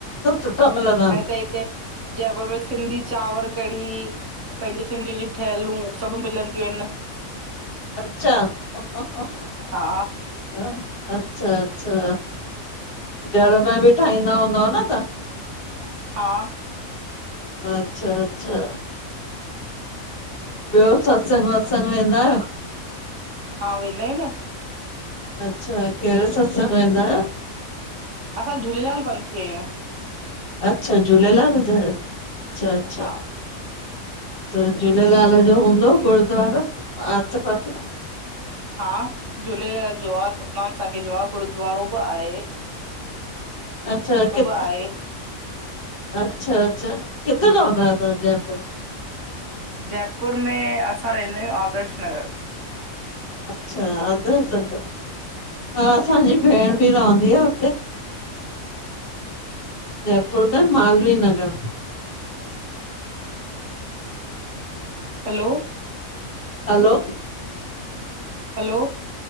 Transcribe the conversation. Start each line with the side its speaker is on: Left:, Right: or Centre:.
Left: सुठा मिलंदा इन।
Right: हे ते जयपुर में सिंधी चांवर कढ़ी, पंहिंजे सिंधियुनि जी ठहिलूं। सभु मिलंदियूं आहिनि।
Left: अच्छा ह-ह-ह-ह
Right: हा
Left: अच्छा-अच्छा। घर में ॿि ठाईदा हूंदव न तान?
Right: हा
Left: अच्छा-अच्छा ॿयो सत्संग-वत्संग वेंदा आयो।
Right: हा वेंदा आयूं न।
Left: अच्छा केड़े सत्संग वेदा आयो?
Right: असां झूलेलाल पंथी आयूं।
Left: अच्छा झूलेलाल ॼ अच्छा अच्छा।
Right: हा
Left: त झूलेलाल ॼो हूंदो गुरद्वारा आसे पासे।
Right: हा झूलेलाल ॼो आये सतनाम साखी ॼो आ गुरुद्वारो ॿ आये।
Left: अच्छा किथे
Right: आहे
Left: अच्छा-अच्छा किथे रहंदा आयो तां जयपुर।
Right: जयपुर में असां रहंदा आयूं आदर्श नगर।
Left: अच्छा आर्दश नगर हा असांजी भेण ॿि रहंदी आ हुते। जयपुर द Malviya Nagar.
Right: Hello
Left: hello!
Right: Hello!